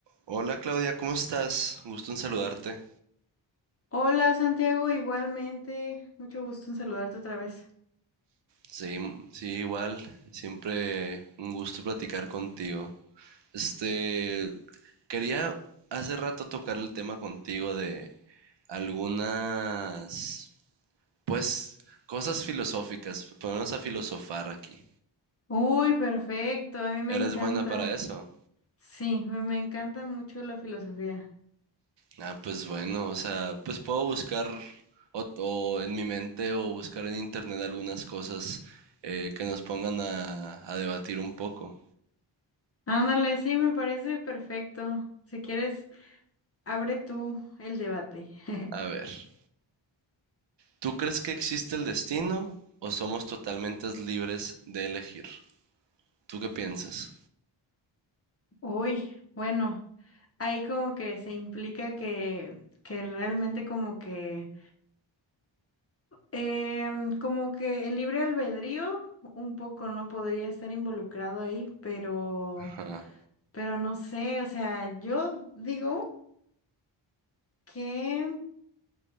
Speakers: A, on the right; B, on the left.
A: Hola Claudia, ¿cómo estás? Un gusto en saludarte.
B: Hola Santiago, igualmente. Mucho gusto en saludarte otra vez.
A: Sí, sí, igual. Siempre un gusto platicar contigo. Este, quería hace rato tocar el tema contigo de algunas, pues, cosas filosóficas. Ponernos a filosofar aquí.
B: Uy, perfecto, a mí me
A: ¿Eres
B: encanta.
A: buena para eso?
B: Sí, me, me encanta mucho la filosofía.
A: Ah, pues bueno, o sea, pues puedo buscar o, o en mi mente o buscar en internet algunas cosas eh, que nos pongan a, a debatir un poco.
B: Ándale, sí, me parece perfecto. Si quieres, abre tú el debate. <laughs>
A: A ver, ¿tú crees que existe el destino o somos totalmente libres de elegir? ¿Tú qué piensas?
B: Uy, bueno, ahí como que se implica que, que realmente como que, em, como que el libre albedrío un poco no podría estar involucrado ahí, pero...
A: Ajá.
B: Pero no sé, o sea, yo digo que,